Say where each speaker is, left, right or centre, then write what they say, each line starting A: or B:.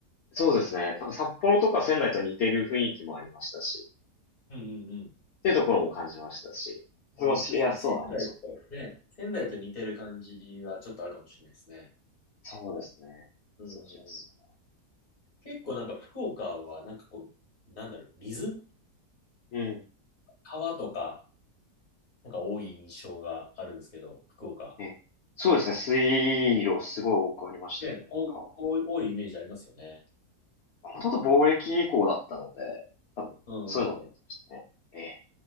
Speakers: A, on the left; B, on the left.
A: そうですね。なんか札幌とか仙台と似てる雰囲気もありましたし、
B: うんうんうん。
A: っていうところも感じましたし、
B: ああ、
A: 過ごしやすそうな街なん
B: 確かに仙台とね、仙台と似てる感じはちょっとあるかもしれないですね。
A: で。え、そうですね。
B: うん。
A: 過ごしやすそ
B: 結構なんか福岡はなんかこう、なんだろう、水
A: うな。うん。
B: 川とか、なんか多い印象があるんですけど、福岡。
A: え、そうですね。水路すごい多くありましたね。
B: ね、お多い、
A: 川
B: お多いイメージありますよね。
A: ほとんど貿易以降だったので、
B: うん、
A: 多分、
B: うん、
A: そういうのでやってましたね。
B: うん。
A: ええ